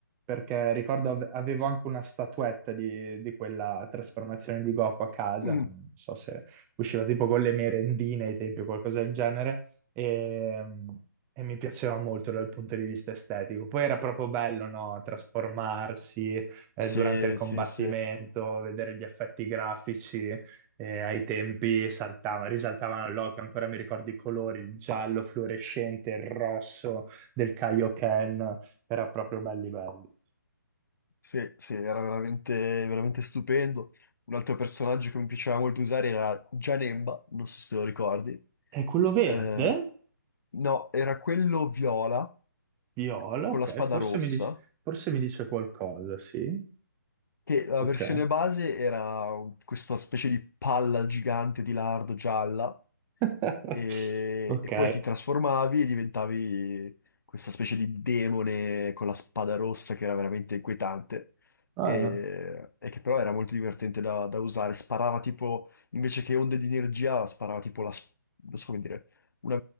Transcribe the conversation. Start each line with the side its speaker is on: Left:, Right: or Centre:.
Right: perché ricordo ave- avevo anche una statuetta di, di quella trasformazione di Goku a casa,
Left: Mm.
Right: non so se usciva tipo con le merendine ai tempi o qualcosa del genere e, e mi piaceva molto dal punto di vista estetico. Poi era proprio bello, no? Trasformarsi eh,
Left: Sì,
Right: durante il combattimento,
Left: sì, sì.
Right: vedere gli effetti grafici. eh, ai tempi saltava- risaltavano all'occhio, ancora mi ricordo i colori, il giallo fluorescente, il rosso del Kaioken, era proprio belli belli.
Left: Sì, sì, era veramente, veramente stupendo. Un altro personaggio che mi piaceva molto usare era Janemba, non so se te lo ricordi.
Right: E quello verde,
Left: Eh, no, era quello viola
Right: viola,
Left: con
Right: ok,
Left: la spada
Right: forse
Left: rossa,
Right: mi dice, forse mi dice qualcosa, sì,
Left: che la
Right: ok.
Left: versione base era un- questa specie di palla gigante di lardo gialla
Right: <laughs>
Left: e,
Right: Ok,
Left: e poi ti trasformavi e diventavi questa specie di demone con la spada rossa che era veramente inquietante
Right: Ah,
Left: e, e che però era molto divertente da, da usare. Sparava tipo, invece che onde di energia, sparava tipo la, s- non so come dire, una,